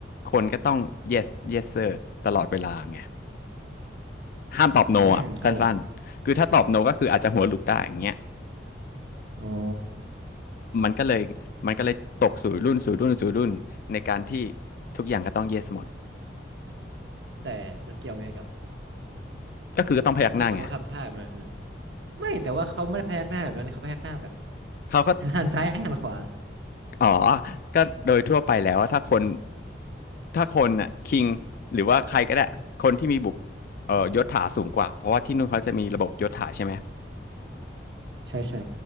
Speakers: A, on the left; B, on the right.
A: คนก็ต้อง yes yes sir ตลอดเวลาไง ห้ามตอบโนอ่ะสั้นๆคือถ้าตอบโนก็คืออาจจะหัวหลุดได้อย่างเงี้ย
B: อืมครับผมอ๋อ
A: มันก็เลยมันก็เลยตกสู่รุ่นสู่รุ่นสู่รุ่นในการที่ทุกอย่างก็ต้อง yes หมด
B: แต่มันเกี่ยวไงกับ
A: ก็คือก็ต้องพยักหน้าไง
B: ที่เขาทำท่าแบบนั้นนะไม่แต่ว่าเขาไม่ได้พยักหน้าแบบนั้นเขาพยักหน้าแบบ
A: เขาก็
B: <laughs> หันซ้ายหันขวา
A: อ๋อก็โดยทั่วไปแล้วว่าถ้าคนถ้าคนน่ะคิงหรือว่าใครก็ได้คนที่มีบุกเอ่อยศถาสูงกว่าเพราะว่าที่นู่นเขาจะมีระบบยศถาใช่ไหม
B: ใช่ใช่